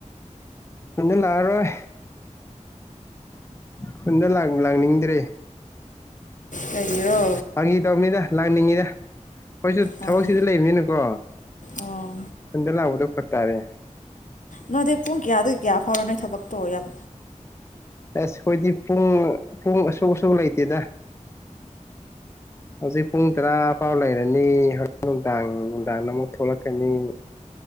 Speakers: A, on the left; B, on the left.
A: ꯈꯨꯟꯗ ꯂꯥꯛꯑꯔꯣꯏ ꯈꯨꯟꯗ ꯂꯥꯛꯅꯤꯡꯗ꯭ꯔꯦ
B: ꯀꯩꯒꯤꯔꯣ
A: ꯐꯪꯒꯤꯤ ꯇꯧꯅꯤꯗ ꯂꯪꯅꯤꯡꯉꯤꯗ ꯑꯩꯈꯣꯏꯁꯨ
B: ꯑꯣ
A: ꯊꯕꯛꯁꯤꯗꯤ ꯂꯩꯕꯅꯤꯅꯀꯣ
B: ꯑꯣ
A: ꯈꯨꯟꯗ ꯂꯥꯛꯄꯗꯣ ꯐ ꯇꯥꯔꯦ
B: ꯅꯣꯏꯗꯤ ꯄꯨꯡ ꯀꯌꯥ ꯑꯗꯨ ꯀꯌꯥ ꯐꯥꯎꯔꯅꯤ ꯊꯕꯛꯇꯣ ꯌꯥꯝ
A: ꯑꯁ ꯑꯩꯈꯣꯏꯗꯤ ꯄꯨꯡ ꯄꯨꯡ ꯑꯁꯨꯛ ꯑꯁꯨ ꯂꯩꯇꯦꯗ ꯍꯧꯖꯤꯛ ꯄꯨꯡ ꯇꯔꯥ ꯐꯥꯎ ꯂꯩꯔꯅꯤ ꯍꯧꯖꯤ ꯅꯨꯡꯗꯥꯡ ꯅꯨꯡꯗꯥꯡ ꯑꯃꯨꯛ ꯊꯣꯛꯂꯛꯀꯅꯤ